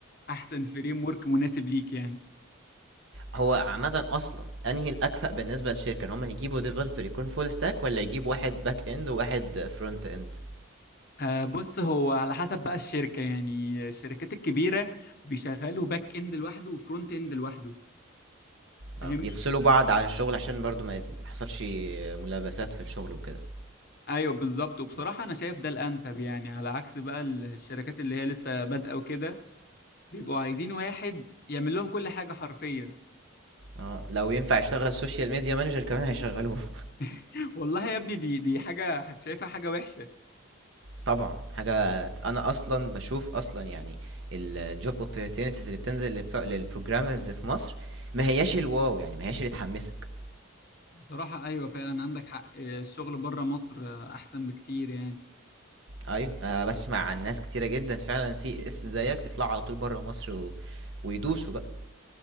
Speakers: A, on the left (about 45°); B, on the right (about 60°).
A: احسن فريم ورك مناسب ليك يعني
B: هو عامة أصلا أنهي الأكفأ بالنسبة للشركة إن هم يجيبوا ديفلوبر يكون فول ستاك ولا يجيبوا واحد باك إند وواحد فرونت إند
A: آه بص هو على حسب بقى الشركة يعني الشركات الكبيرة بيشغلوا باك اند لوحده وفرونت اند لوحده فاهمني
B: اه بيفصلوا بعض عن الشغل عشان برضو ما يت- ما يحصلش ملابسات في الشغل وكده
A: ايوه بالظبط وبصراحه انا شايف ده الانسب يعني على عكس بقى ال- الشركات اللي هي لسه بادئه وكده بيبقوا عايزين واحد يعمل لهم كل حاجه حرفيا
B: اه لو ينفع يشتغل سوشيال ميديا مانجر كمان هيشغلوه <laughs>
A: <laughs> والله يا ابني دي دي حاجه شايفها حاجه وحشه
B: طبعا حاجة أنا أصلا بشوف أصلا يعني الجوب opportunities اللي بتنزل لبتوع للبروجرامرز في مصر ما هياش الواو يعني ما هياش اللي تحمسك
A: بصراحه ايوه فعلا عندك حق الشغل بره مصر احسن بكتير يعني
B: ايوه آه بسمع عن ناس كتيرة جدا فعلا سي اس زيك بيطلعوا على طول بره مصر و... ويدوسوا بقى